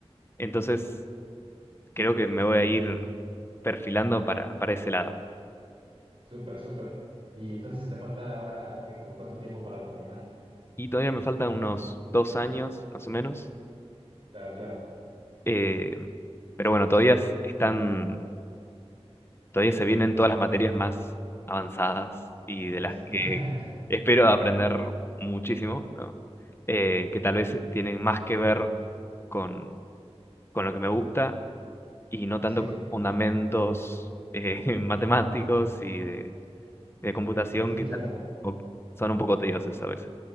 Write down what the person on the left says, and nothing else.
Entonces, creo que me voy a ir perfilando para, para ese lado.
Y todavía me faltan unos dos años, más o menos.
Eh, pero bueno, todavía es- están, todavía se vienen todas las materias más avanzadas y de
las
que
espero aprender muchísimo, ¿no? Eh, que tal vez tienen más que ver con, con lo que me gusta y no tanto
fundamentos eh, <laughs> matemáticos y de, de computación
que
tal- o- son un poco tediosos a veces